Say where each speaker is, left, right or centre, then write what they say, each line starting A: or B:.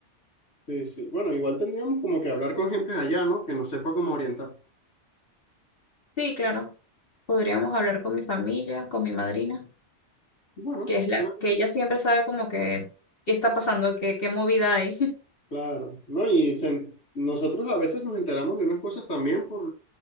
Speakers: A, on the left; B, on the left.
A: sí, sí. Bueno, igual tendríamos como que hablar con gente de allá, ¿no? Que nos sepa cómo orientar.
B: Sí, claro. Podríamos hablar con mi familia, con mi madrina,
A: Bueno,
B: que es la
A: bueno,
B: que ella siempre sabe como que qué está pasando, qué, qué movida hay.
A: Claro, ¿no? Y se- nosotros a veces nos enteramos de unas cosas también por...